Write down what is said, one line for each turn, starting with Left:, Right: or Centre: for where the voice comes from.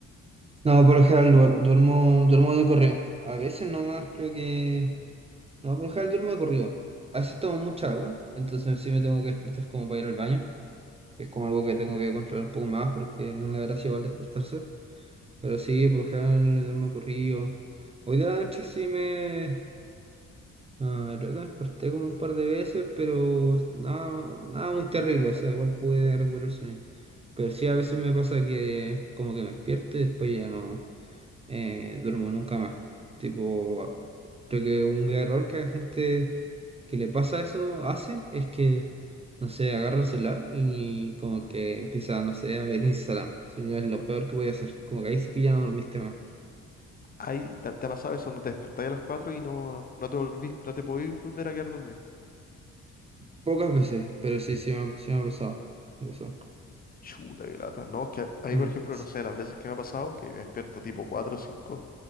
Right: No, por lo general du- duermo, duermo de corrido. A veces nomás creo que... No, por lo general duermo de corrido. A veces tomo mucha agua, entonces sí me tengo que despertar como para ir al baño. Es como algo que tengo que controlar un poco más porque no es la gracia igual despertarse. Pero sí, por lo general duermo de corrido. Hoy de la noche sí me... ah, creo que me desperté como un par de veces, pero nada, nada muy terrible, o sea, igual pude recuperar el sueño. Pero sí, a veces me pasa que como que me despierto y después ya no eh, duermo nunca más. Tipo, creo que un gran error que la gente que le pasa eso hace es que, no sé, agarra el celular y como que empieza, no sé, a ver Instagram. Eso ya es lo peor que voy a hacer. Como que ahí sí que ya no dormiste más.
Left: Ahí te, te ha pasado eso, donde te despertás a las cuatro y no, no te volvís, no te podís volver a quedar dormido.
Right: Pocas veces, pero sí, sí me, ha sí me ha pasado. Me pasó.
Left: Chuta, qué lata. No, es que ahí,
Right: Mm,
Left: por ejemplo,
Right: sí,
Left: no sé, las veces que me ha pasado, que me despierto tipo 4 o 5